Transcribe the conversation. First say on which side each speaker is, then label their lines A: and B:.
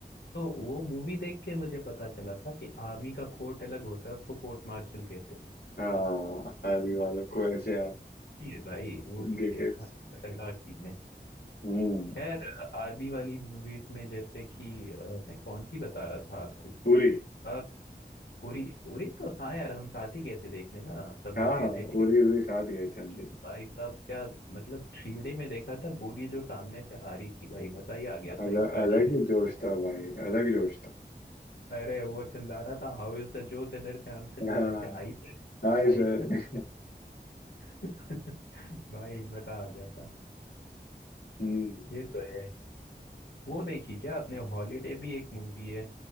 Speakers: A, on the left; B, on the left.
A: तो वो मूवी देख के मुझे पता चला था कि आर्मी का कोर्ट अलग होता है उसको कोर्ट मार्शल कहते हैं
B: हाँ आर्मी वालों को ऐसे आप
A: ये भाई वो भी
B: के
A: एक खतरनाक सीन है
B: हम्म
A: खैर आर्मी वाली मूवीज में जैसे कि अ, मैं कौन सी बता रहा था आपको
B: उरी
A: अ, उरी उरी तो हाँ यार हम साथ ही गए थे देखने ना सब
B: हाँ
A: लोग गए
B: हाँ
A: थे
B: उरी उरी साथ गए थे हम लेकिन
A: भाई साहब क्या मतलब थ्री डी में देखा था गोली जो सामने से आ रही थी भाई मजा ही आ गया
B: अलग
A: था एक बार
B: अलग
A: के लिए
B: ही जोश
A: तो।
B: था भाई अलग जोश था
A: अरे वो चिल्ला रहा था हाउ इज द जोश इधर से हम चिल्ला
B: हाँ
A: रहे थे हाई से
B: Hi
A: हाई
B: sir
A: से <laughs> भाई मजा आ गया था
B: हम्म
A: ये तो है वो देखी क्या आपने हॉलीडे भी एक मूवी है